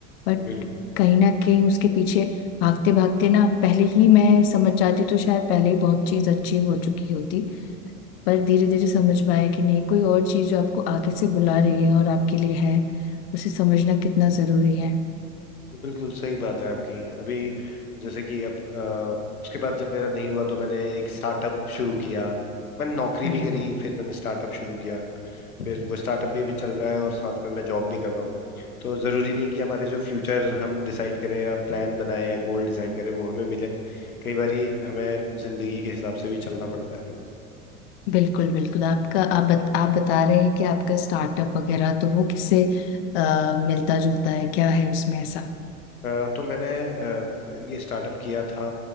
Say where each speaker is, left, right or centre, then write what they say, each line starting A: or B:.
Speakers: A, on the left; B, on the left.
A: बट
B: बिल्कुल
A: कहीं ना कहीं उसके पीछे भागते भागते ना पहले ही मैं समझ जाती तो शायद पहले ही बहुत चीज़ अच्छी हो चुकी होती पर धीरे धीरे समझ में आया कि नहीं कोई और चीज़ जो आपको आगे से बुला रही है और आपके लिए है उसे समझना कितना ज़रूरी है
B: बिल्कुल सही बात है आपकी अभी जैसे कि अब अ, उसके बाद जब मेरा नहीं हुआ तो मैंने एक स्टार्टअप शुरू किया मैंने नौकरी
A: अरे
B: भी करी फिर मैंने स्टार्टअप शुरू किया फिर वो स्टार्टअप भी अभी चल रहा है और साथ में मैं जॉब भी कर रहा हूँ तो ज़रूरी नहीं कि हमारे जो फ्यूचर हम डिसाइड करें या प्लान बनाएं या गोल डिसाइड करें वो हमें मिले कई बारी हमें ज़िंदगी के हिसाब से भी चलना पड़ता है
A: बिल्कुल बिल्कुल आपका आप बत, आप बता रहे हैं कि आपका स्टार्टअप वगैरह तो वो किससे अ, मिलता जुलता है क्या है उसमें ऐसा
B: अ, तो मैंने अ, ये स्टार्टअप किया था